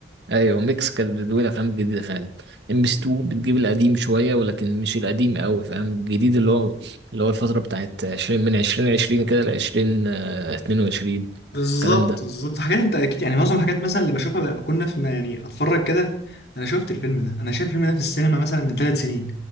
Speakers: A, on the right; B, on the left.
A: ايوه ميكس كانت بتجيب الافلام الجديده فعلا ام بي 2 بتجيب القديم شويه ولكن مش القديم قوي فاهم الجديد اللي هو اللي هو الفتره بتاعت 20 من 2020 كده ل 2022
B: بالظبط
A: الكلام ده
B: بالظبط حاجات انت اكيد يعني معظم الحاجات مثلا اللي بشوفها بقى بكون في ما يعني اتفرج كده انا شفت الفيلم ده انا شايف الفيلم ده في السينما مثلا من ثلاث سنين